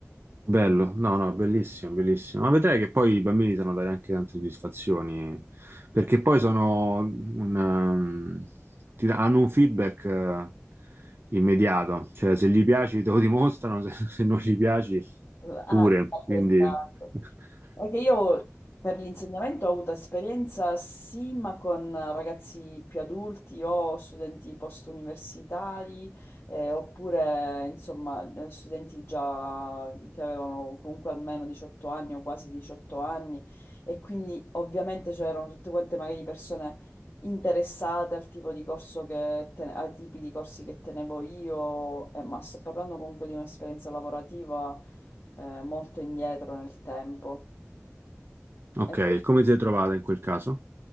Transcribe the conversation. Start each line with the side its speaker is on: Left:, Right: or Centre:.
Right: Bello, no, no, bellissimo, bellissimo. Ma vedrai che poi i bambini sanno dare anche tante soddisfazioni, perché poi sono un, um, ti da- hanno un feedback eh, immediato, cioè se gli piaci te lo dimostrano, se, <laughs> se non gli piaci
Left: Ah,
Right: pure.
Left: altrettanto.
Right: Quindi, <laughs>
Left: È che io per l'insegnamento ho avuto esperienza sì, ma con ragazzi più adulti o studenti post-universitari, eh, oppure insomma eh, studenti già che avevano comunque almeno 18 anni o quasi 18 anni e quindi ovviamente c'erano tutte quante magari persone interessate al tipo di corso che te- ai tipi di corsi che tenevo io, eh, ma sto parlando comunque di un'esperienza lavorativa eh, molto indietro nel tempo.
Right: ok,
Left: E
Right: come ti sei trovata in quel caso?